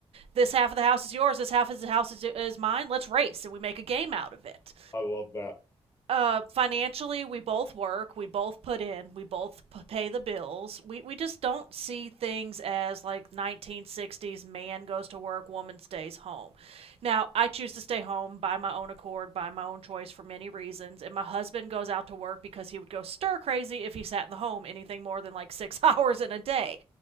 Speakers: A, on the right; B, on the left.
A: this half of the house is yours, this half of the house is, is mine. Let's race and we make a game out of it
B: I love that.
A: uh, financially, we both work, we both put in, we both p- pay the bills. We we just don't see things as like 1960s man goes to work, woman stays home. Now, I choose to stay home by my own accord, by my own choice for many reasons, and my husband goes out to work because he would go stir crazy if he sat in the home anything more than like 6 <laughs> hours in a day.